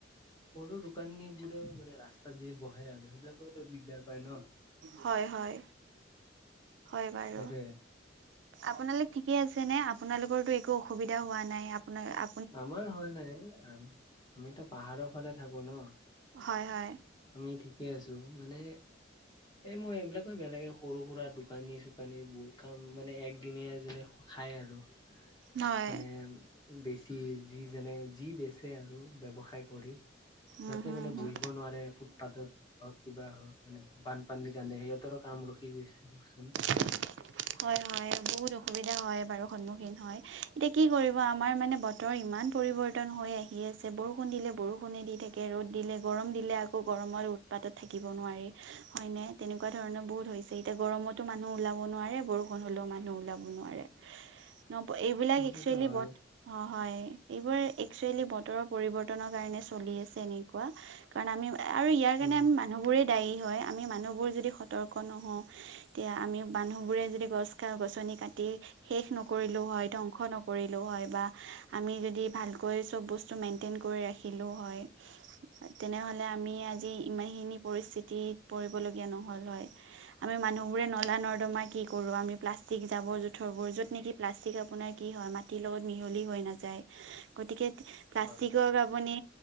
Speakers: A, on the left; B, on the right.
A: সৰু দোকানী বোৰেও মানে ৰাস্তা তাত যি বহে আৰু সেইবিলাকো দিগদাৰ পায় ন।
B: হয় হয় হয় বাৰু।
A: সেইটোয়ে।
B: আপোনালোক ঠিকে আছে নে আপোনালোকৰোটো একো অসুবিধা হোৱা নাই আপোনাৰ আ
A: আমাৰ হোৱা নাই আম আমিতো পাহাৰৰ ফালে থাকো ন।
B: হয় হয়।
A: আমি ঠিকে আছো মানে এই মই এইবিলাকে বেয়া লাগে সৰু সুৰা দোকানী চোকানী বহুত কাম মানে একদিনিয়া যোনে খায় আৰু।
B: হয়
A: মানে বেছি যি যেনে যি বেচে আৰু ব্যৱসায় কৰি,
B: উম
A: সিহতে
B: হুম
A: মানে
B: হুম
A: বহিব নোৱাৰে ফুটপাথত। হওক কিবা হওক মানে বানপানীৰ কাৰনে সিহঁতৰ কাম ৰখি গৈছে দিয়কচোন।
B: <inaudible> হয় হয় বহুত অসুবিধা হয় বাৰু সন্মুখীন হয় এতিয়া কি কৰিব আমাৰ মানে ব বতৰ ইমান পৰিৱৰ্তন হৈ আহি আছে বৰষুণ দিলে বৰষুণে দি থাকে ৰ'দ দিলে গৰম দিলে আকৌ গৰমত উ পাতত থাকিব নোৱাৰি হয় নে তেনেকুৱা ধৰণৰ বহুত হৈছে এতিয়া গৰমত টো মানুহ ওলাব নোৱাৰে বৰষুণ হ'লেও মানুহ ওলাব নোৱাৰে। ন এইবিলাক
A: সেইটোতো
B: একচুৱেলি
A: হয়
B: বত অ হয় এইবোৰ একচুৱেলি বতৰৰ পৰিৱৰ্তনৰ কাৰণে চলি আছে এনেকুৱা। কাৰণ আমি আৰু ইয়াৰ কাৰণে
A: উম
B: আমি মানুহবোৰে দায়ী হয় আমি মানুহবোৰ যদি সতৰ্ক নহওঁ তেতিয়া আমি মানুহবোৰে যদি গছ খা গছনি কাটি শেষ নকৰিলো হয় ধ্বংস নকৰিলো হয় বা আমি যদি ভালকৈ চব বস্তু মেনটেন কৰি ৰাখিলো হয় তেনেহলে আমি আজি ইমানখিনি পৰিস্থিতিত পৰিবলগীয়া নহল হয়। আমি মানুহ বোৰে নলা নৰ্দমা কি কৰোঁ আমি প্লাষ্টিক জাবৰ জোথৰবোৰ য'ত নেকি প্লাষ্টিক আপোনাৰ কি হয় মা মাটিৰ লগত মিহলে হৈ নাযায় গতিকে প্লাষ্টিকৰ
A: হয়
B: <unintelligible> আপুনি